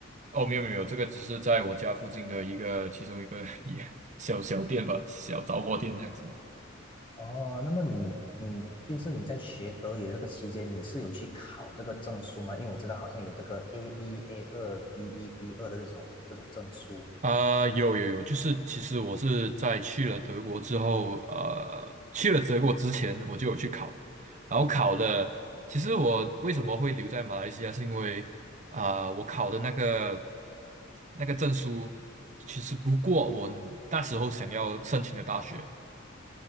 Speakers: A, on the right; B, on the left.
A: 哦，没有没有，没有这个只是在我家附近的一个其中一个 <laughs> 一小小店吧，小杂货店这样子。
B: 哦，那么你你就是你在学德语的这个期间，你是有去考这个证书吗？因为我知道好像有这个 A 一、A 二、B 一、B 二的这种这种证书。
A: 啊、有有有，就是其实我是在去了德国之后，呃，去了德国之前我就有去考，然后考了。其实我为什么会留在马来西亚，是因为啊、我考的那个那个证书其实不过我那时候想要申请的大学，